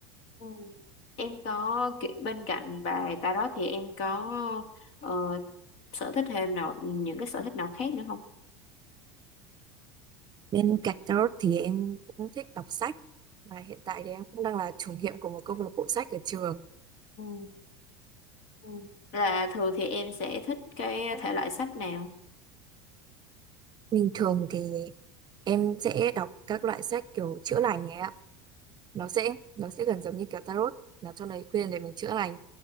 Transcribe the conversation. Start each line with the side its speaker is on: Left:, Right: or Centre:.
Left: Ừ. Em có kiểu- bên cạnh bài tarot thì em có ờ, sở thích thêm nào những cái sở thích nào khác nữa
Right: Bên cạnh đó thì em cũng thích đọc sách và hiện tại thì em cũng đang là chủ nhiệm của một câu lạc bộ sách ở trường.
Left: không? Ừ. là thường thì em sẽ thích cái thể loại sách nào
Right: Bình thường thì em sẽ đọc các loại sách kiểu chữa lành ấy ạ. Nó sẽ nó sẽ gần giống như kiểu tarot, nó cho lời khuyên để mình chữa lành.